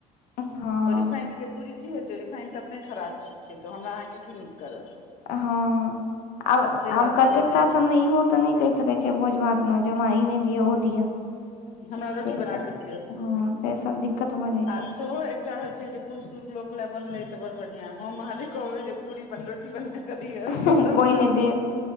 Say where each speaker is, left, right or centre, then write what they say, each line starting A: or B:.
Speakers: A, on the left (about 80°); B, on the left (about 55°).
A: हँ
B: रिफाइंड के पूरी कि हेतै रिफाइन तऽ अपने खराब चीज छै, तऽ हमरा अहाँकेँ कि निक करत
A: हँ आब
B: से
A: आब
B: बात
A: कते
B: भऽ जाइ
A: काज
B: छै
A: सभमे इहो तऽ नहि कहि सकै छियै भोज भातमे जे हमरा ई नहि दिआ ओ दिआ
B: हमरा
A: से
B: रोटी बना
A: सभ
B: कऽ दियौ
A: हँ से सभ दिक्कत भऽ जाइ
B: आ
A: छै
B: सेहो एकटा होय छै, जे बुढ़ सुढ लोक ले बनले ते बड़ बढ़िआ हम आहाँ जे कहबै जे पूरी बन रोटी बने कि
A: छै
B: तऽ सभ
A: कोइ
B: कहाती
A: नहि देत